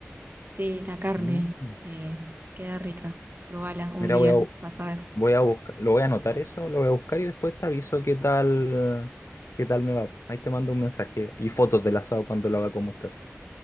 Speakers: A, on the right; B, on the left.
A: Sí, la carne
B: Mm.
A: eh, queda rica. Probala un
B: Mira,
A: día,
B: voy a, bu-
A: vas a ver.
B: voy a buscar, lo voy a anotar eso, lo voy a buscar y después te aviso qué tal, qué tal me va. Ahí te mando un mensaje y fotos del asado cuando lo haga con mostaza.